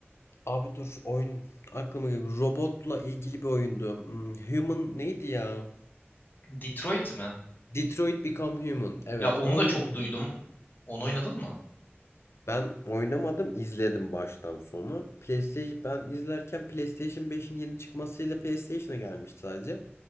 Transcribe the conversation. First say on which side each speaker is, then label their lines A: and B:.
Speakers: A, on the left (about 85°); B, on the left (about 50°).
A: Abi dur oyun aklıma geliyor. Robotla ilgili bir oyundu. Hmm, Human neydi ya?
B: Detroit mi?
A: Detroit Become Human. Evet
B: Ya onu
A: o oyunu
B: da çok
A: oynadım.
B: duydum. Onu oynadın mı?
A: Ben oynamadım, izledim baştan sona. PlayStation ben izlerken PlayStation 5'in yeni çıkmasıyla PlayStation'a gelmişti sadece.